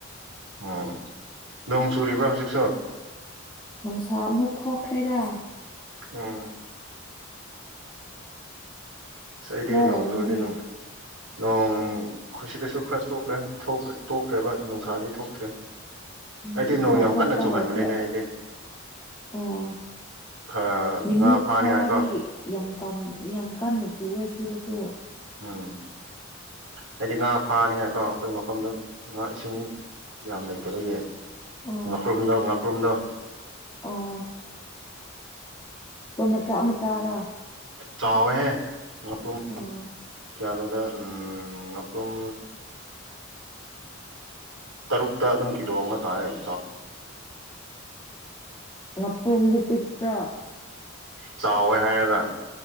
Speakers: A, on the right (about 80°); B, on the left (about 20°).
A: ꯑꯣ ꯅꯣꯡ ꯆꯨꯔꯤꯕ꯭ꯔꯥ ꯍꯧꯖꯤꯛꯁꯨ
B: ꯅꯨꯡꯁꯥ ꯑꯃꯨꯛ ꯊꯣꯛꯈ꯭ꯔꯦꯗ
A: ꯎꯝ ꯁ ꯑꯩꯗꯤ
B: ꯅꯣꯏꯔꯣꯝꯗꯗꯤ
A: ꯅꯣꯡ ꯇꯨꯔꯗꯤ ꯅꯣꯡ ꯅꯣꯡ ꯑꯩꯁꯤꯗꯁꯨ ꯈꯔ ꯇꯈ꯭ꯔꯦ ꯇꯣꯛꯈ꯭ꯔꯦꯕ ꯅꯨꯡꯁꯥꯗꯤ ꯊꯣꯛꯇ꯭ꯔꯦ
B: ꯎꯝ
A: ꯑꯩꯗꯤ ꯅꯣꯡ
B: ꯁꯥꯊꯣꯛꯄ
A: ꯌꯥꯝ ꯀꯟꯅ ꯆꯨꯍꯟꯕꯅꯤꯅꯦ
B: ꯍꯧꯈ꯭ꯔꯦ
A: ꯑꯩꯗꯤ
B: ꯑꯣ
A: ꯈꯔ
B: ꯃꯤꯅꯤꯠ
A: ꯉꯥ ꯐꯥꯅꯤꯉꯥꯏꯀꯣ
B: ꯈꯔꯗꯤ ꯌꯥꯝ ꯌꯥꯝ ꯀꯟꯅ ꯆꯨꯑꯦ ꯁꯤꯗꯁꯨ
A: ꯎꯝ ꯍꯥꯏꯗꯤ ꯉꯥ ꯐꯥꯅꯤꯡꯉꯥꯏꯀꯣ ꯑꯩꯈꯣꯏ ꯃꯐꯝꯗꯣ ꯉꯥ ꯏꯁꯤꯡ ꯌꯥꯝ ꯂꯩꯇꯕꯒꯤ
B: ꯑꯣ
A: ꯉꯄ꯭ꯔꯨꯨꯝꯗ ꯉꯄ꯭ꯔꯨꯨꯝꯗ
B: ꯑꯣ ꯇꯣ ꯃꯆꯥ ꯃꯆꯥꯥꯗꯥ
A: ꯆꯥꯎꯋꯦꯍꯦꯄ꯭ꯔꯨꯝ
B: ꯑꯣ
A: ꯀꯌꯥꯅꯣꯗ ꯎꯝ ꯑꯄꯝ ꯇꯔꯨꯛꯇ ꯑꯗꯨꯝ ꯀꯤꯂꯣ ꯑꯃ ꯇꯥꯑꯦ
B: ꯑꯣ ꯄꯨꯝꯗꯤ ꯇꯤꯄ꯭ꯔꯥ
A: ꯆꯥꯎꯋꯦ ꯍꯥꯏꯔꯒ